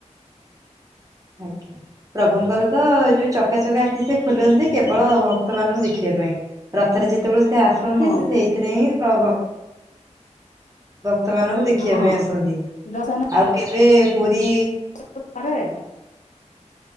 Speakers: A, on the right; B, on the left.
A: ଆଜ୍ଞା। ପ୍ରଭୁଙ୍କର ତ ଯୋଉ ଚକାଚକା ଆଖି ସେ ଖୋଲନ୍ତି କେବଳ ଭକ୍ତ ମାନଙ୍କୁ ଦେଖିବା ପାଇଁ। ରଥରେ ଯେତେବେଳେ ସେ ଆସନ୍ତି
B: ହଁ
A: ସେ ସେଇଥିରେ ହିଁ ସ ଭକ୍ ଭକ୍ତ ମାନଙ୍କୁ ଦେଖିବା
B: ହଁ
A: ପାଇଁ ଆସନ୍ତି
B: ଦର୍ଶନ
A: ଆଉ କେବେ ପୁରୀ
B: ତୁ ପରାୟଣ।